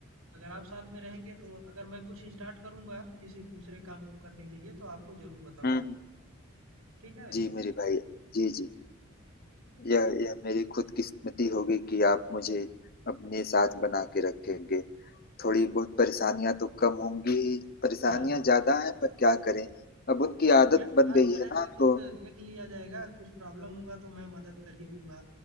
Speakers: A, on the right; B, on the left.
A: अगर आप साथ में रहेंगे तो अगर मैं कुछ स्टार्ट करूँगा किसी दूसरे काम को करने के लिए तो आपको ज़रूर बताऊँगा,
B: हम्म
A: ठीक है?
B: जी मेरे भाई जी जी यह यह मेरी खुद किस्मती होगी कि आप मुझे अपने साथ बना के रखेंगे थोड़ी बहुत परेशानियां तो कम होंगी ही परेशानियां
A: हाँ, हाँ।
B: ज्यादा हैं पर क्या करें अब उनकी
A: हो
B: आदत
A: गया, साथ
B: बन गई
A: में रहेंगे
B: है ना
A: तो
B: तो
A: ब देख लिया जाएगा, कुछ प्रॉब्लम होगा तो मैं मदद कर ही दूँगा,